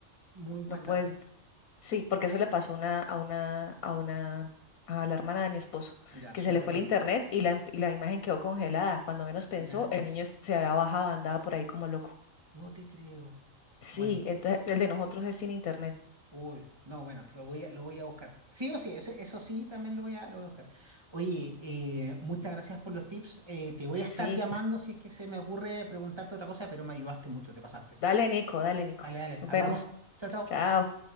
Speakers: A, on the right; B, on the left.
A: Muy buen
B: no puedes,
A: dato.
B: sí, porque eso le pasó a una, a una, a una, a la hermana de mi esposo,
A: Ya,
B: que
A: súper
B: se le fue
A: bueno.
B: el internet y la, y la imagen quedó congelada. Cuando menos pensó,
A: Mira,
B: el niño se había bajado, andaba por ahí como loco.
A: no te creo.
B: Sí,
A: Bueno,
B: entonces el de nosotros es sin internet.
A: uy, no, bueno, lo voy a, lo voy a buscar. Sí o sí, eso, eso sí, también lo voy a, lo voy a buscar. Oye, eh, muchas gracias por los tips. Eh, te voy
B: Sí.
A: a estar llamando si es que se me ocurre preguntarte otra cosa, pero me ayudaste mucho, te pasaste.
B: Dale, Nico, dale, Nico.
A: Dale, dale,
B: Nos
A: hablamos.
B: vemos.
A: Chao, chao.
B: Chao.